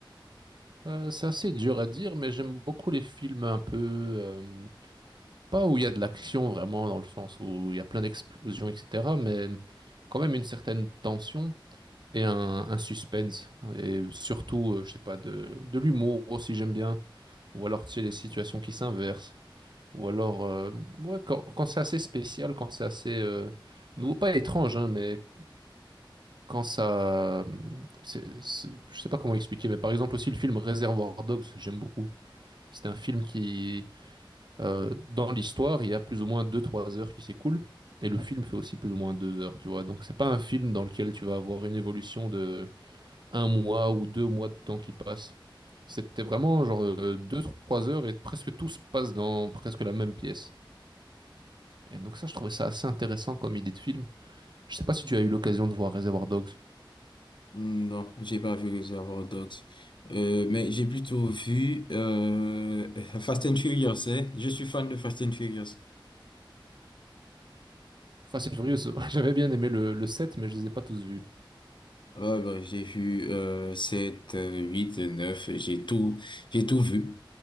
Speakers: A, on the right; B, on the left.
A: Euh, c'est assez dur à dire, mais j'aime beaucoup les films un peu euh, Pas où il y a de l'action vraiment, dans le sens où il y a plein d'explosions, etc., mais quand même une certaine tension et un, un suspense. Et surtout, euh, je sais pas, de, de l'humour aussi, j'aime bien. Ou alors, tu sais, les situations qui s'inversent. Ou alors, euh, ouais, quand, quand c'est assez spécial, quand c'est assez euh, nouveau, pas étrange, hein, mais quand ça. c'est- c'est- je sais pas comment expliquer, mais par exemple, aussi le film Réservoir Dogs, j'aime beaucoup. C'est un film qui euh, dans l'histoire, il y a plus ou moins deux-trois heures qui s'écoulent. Et le film fait aussi plus ou moins 2 heures, tu vois. Donc c'est pas un film dans lequel tu vas avoir une évolution de un mois ou deux mois de temps qui passe. C'était vraiment genre deux-trois heures et presque tout se passe dans presque la même pièce. Et donc ça, je trouvais ça assez intéressant comme idée de film. Je sais pas si tu as eu l'occasion de voir Reservoir Dogs.
B: Hmm, Non, j'ai pas vu Reservoir Dogs, Euh, mais j'ai plutôt vu euh, <laughs> Fast and Furious, hein. Je suis fan de Fast and Furious.
A: Fast and Furious, <laughs> j'avais bien aimé le, le 7, mais je les ai pas tous vus.
B: Ouais, bah, j'ai vu euh, 7, euh, 8, euh, 9, euh, j'ai tout, j'ai tout vu.